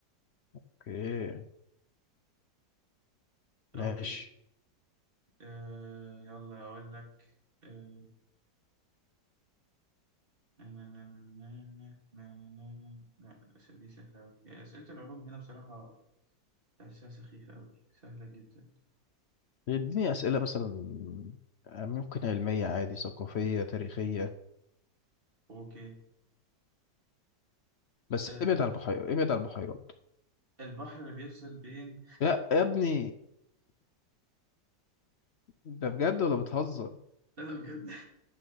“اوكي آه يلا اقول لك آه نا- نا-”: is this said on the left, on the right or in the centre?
Right